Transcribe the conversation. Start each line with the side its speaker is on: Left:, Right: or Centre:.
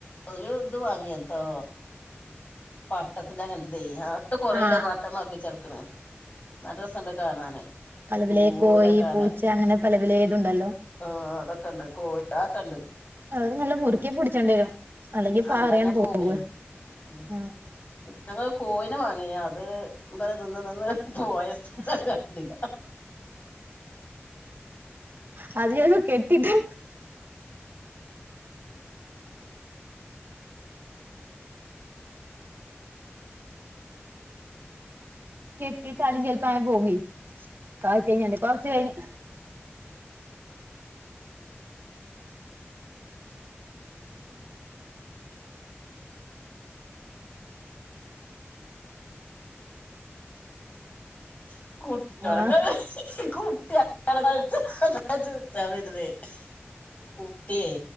Left: ഒരു ഇത് വാങ്ങിയത്തോ പട്ടത്തിന്റെ അങ്ങൻത്തതേ ആ ട്ട് കൊറെരം
Right: ആഹ്
Left: പാട്ട മർപ്പിച്ചേർക്ണ് നല്ല രസണ്ട് കാണാന്
Right: പലവലേ
Left: ദൂരക്കാന
Right: കോയി പൂച്ച അങ്ങനെ പലപലേ തുണ്ടല്ലോ
Left: ആഹ് അതൊക്കെണ്ട് കോ അഒക്കെണ്ട്
Right: അഹ് നല്ല മുറുക്കി പിടിച്ചണ്ടി വരും അല്ലെങ്കി പാറിയൻ
Left: അല്ലാഞ്ഞാ
Right: പോവ
Left: പോവേ ഉം
Right: അഹ്
Left: ഞങ്ങള് കോയിനെ വാങ്ങിഞ് അത് ബല നിന്ന് നിന്ന് പോയ സ്ഥലം
Right: ഉ
Left: കണ്ടില്ല
Right: ആഹ് <unintelligible> കെട്ടിട്ട് കെട്ടിട്ട് അാലും ചെൽപ്പോ അഎ പോവേ <unintelligible> <inaudible> കുറച്ച് കഴിഞ്ഞ്
Left: <unintelligible>
Right: ആഹ്
Left: കുട്ടിയേ